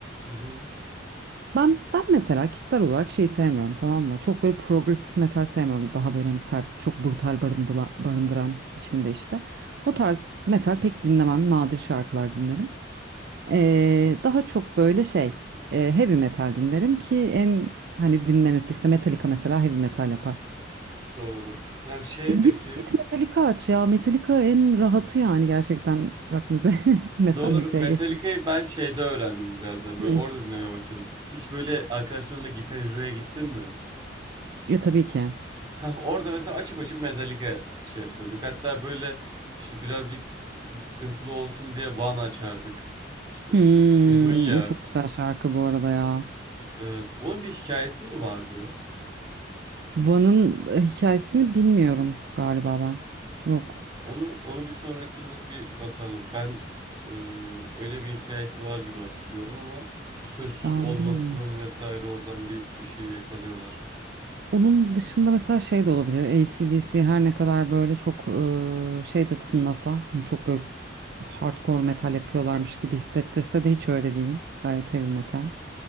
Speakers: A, on the right (about 20°); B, on the right (about 60°).
A: Hı-hı,
B: Ben ben mesela kişisel olarak şey sevmiyorum tamam mı? Çok böyle progresif metal sevmiyorum. Daha böyle hani sert, çok brutal barındıla, barındıran içinde işte. O tarz metal pek dinlemem. Nadir şarkılar dinlerim. Ee, daha çok böyle şey e, heavy metal dinlerim ki en hani dinlenesi işte Metallica mesela heavy metal yapar.
A: doğru. Ya şey
B: E, git
A: peki.
B: git Metallica aç ya Metallica en rahatı yani gerçekten rock müze <laughs> metal
A: Doğru.
B: müzeye
A: Metallica'yı
B: geçmek. için.
A: ben şeyde öğrendim birazdan. Böyle
B: Hı.
A: orada dinlemeye başladım. Hiç böyle arkadaşlarınla Guitar Hero'ya gittin mi?
B: E tabii ki.
A: Ha, orada mesela açıp açıp Metallica şey yapıyorduk. Hatta böyle işte birazcık s- sıkıntılı olsun diye Van açardık. İşte
B: Hmm,
A: bu- uzun ya
B: e, çok güzel şarkı bu arada ya.
A: Evet, onun bir hikayesi mi vardı?
B: Van'ın e, hikayesini bilmiyorum galiba ben. Yok
A: Onu onu bir sonrakinde bir bakalım. Ben e, öyle bir hikayesi var gibi hatırlıyorum ama işte sözsüz
B: ben
A: olmasının
B: bilmiyorum.
A: vesaire oradan bir bir şey yakalıyorlar.
B: Onun dışında mesela şey de olabilir. AC/DC her ne kadar böyle çok eee, şey de tınlasa hani çok böyle hardcore metal yapıyorlarmış gibi hissettirse de hiç öyle değil. Gayet heavy metal.